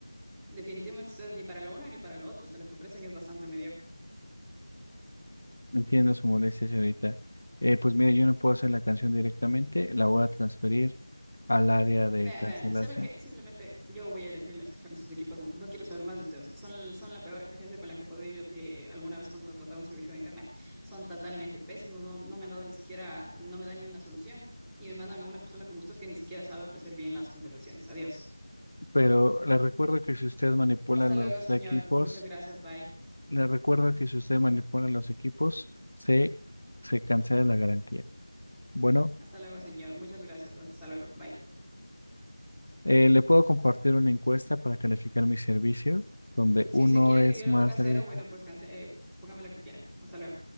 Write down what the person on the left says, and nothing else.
Entiendo su molestia, señorita. Eh, pues mire, yo no puedo hacer la canción directamente, la voy a transferir al área de
cancelación.
Pero le recuerdo que si usted manipula
los
equipos,
le recuerdo que si usted manipula los equipos, se, se cancela la garantía. Bueno,
eh, le puedo compartir una encuesta para calificar mi servicio, donde
uno
es
más
servicio.